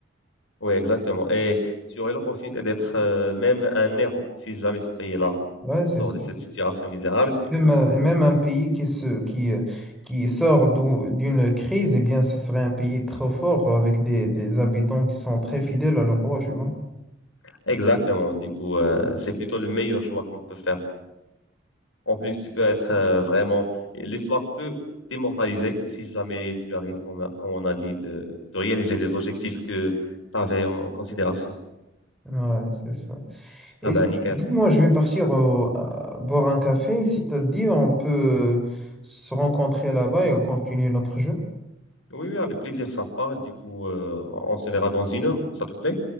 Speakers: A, on the left; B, in the centre.
A: Oui, exactement. Et tu aurais l'opportunité d'être euh, même un héros si jamais ce pays-là
B: Ouais, c'est
A: sort
B: ça.
A: de cette situation misérable. Du
B: Même,
A: coup,
B: euh, et même un pays qui, se, qui, euh, qui sort d'où- d'une crise, eh bien, ce serait un pays très fort euh, avec des, des habitants qui sont très fidèles à leur roi, tu vois.
A: exactement. Du coup, euh, c'est plutôt le meilleur choix qu'on peut faire. En plus, tu peux être euh, vraiment... L'histoire peut t'immortaliser si jamais tu arrives, comme, on a comme on a dit, de, de réaliser les objectifs que tu avais en, en considération.
B: Ouais, c'est ça.
A: Ah
B: Et si-
A: ben, nickel.
B: dis-moi, je vais partir au- à- boire un café. Si t'as dit, on peut se rencontrer là-bas et continuer notre jeu.
A: Oui, oui, avec plaisir, ça me parle. Du coup, euh, on se verra dans une heure, ça te plaît?